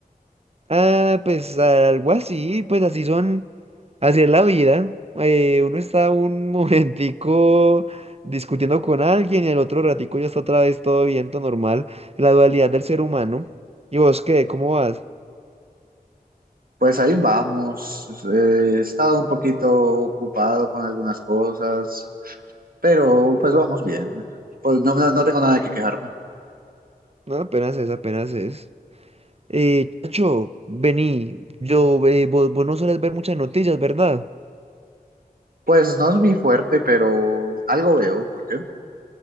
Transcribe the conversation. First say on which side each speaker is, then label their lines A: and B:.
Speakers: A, on the right; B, on the right.
A: Ah, pues algo así, pues así son, así es la vida. Eh, uno está un <laughs> momentico discutiendo con alguien y el otro ratico ya está otra vez todo bien, todo normal. La dualidad del ser humano. ¿Y vos qué? ¿Cómo vas?
B: Pues ahí vamos. Eh, He estado un poquito ocupado con algunas cosas, pero pues vamos bien. Pues no, no, no tengo nada que quejarme.
A: No, apenas es, apenas es. Eh, Chacho, vení, yo, eh, vos, vos no sueles ver muchas noticias, ¿verdad?
B: Pues no es mi fuerte, pero algo veo. ¿Por qué?